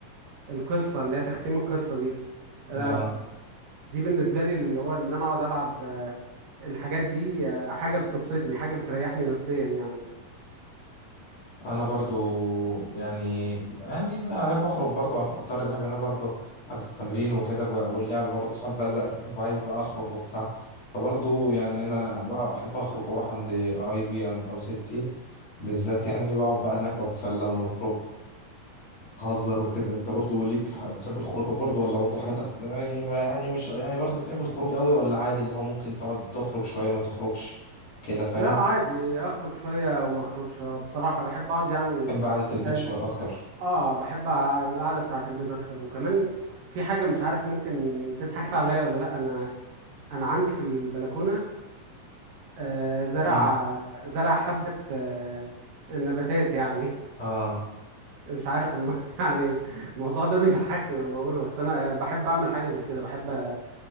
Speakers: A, on the right (about 70°); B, on the left (about 40°).
A: القصة اللي هي تختيم القصة دي آه،
B: لا
A: دي بالنسبة لي اللي هو ان انا اقعد العب آه، الحاجات دي آه، حاجة بتبسطني حاجة بتريحني نفسيا يعني
B: انا برضو يعني يعني بحب اخرج برضو على اطار اللعب انا برضو بعد التمرين وكده ب- واللعب برضو ساعات بزهق كده ببقى عايز بقى اخرج وبتاع فبرضو يعني انا بقى احب اخرج واروح عند قرايبي عند- او ستي بالذات يعني بقعد بقى هناك واتسلى ونخرج نهزر وكده انت برضو ليك ح- بتحب الخروج برضو ولا برضو حياتك يعني يعني مش يعني برضو بتحب الخروج قوي ولا عادي اللي هو ممكن تقعد تخرج شوية ما تخرجش كده فاهم
A: لا عادي اخرج شوية وما اخرجش آه، بصراحة بحب اقعد يعني
B: بحب قعدة البيت
A: اه
B: شوية اكتر
A: آه، بحب ع- القعدة بتاعة البيت اكتر وكمان في حاجة مش عارف ممكن تضحك <laughs> عليا ولا لا انا انا عندي في البلكونة آه، زرع
B: مم.
A: زرع حبة آه، نباتات يعني
B: اه
A: مش عارف الم... <laughs> يعني الموضوع ده بيضحك لما بقوله بس انا بحب اعمل حاجة زي كده بحب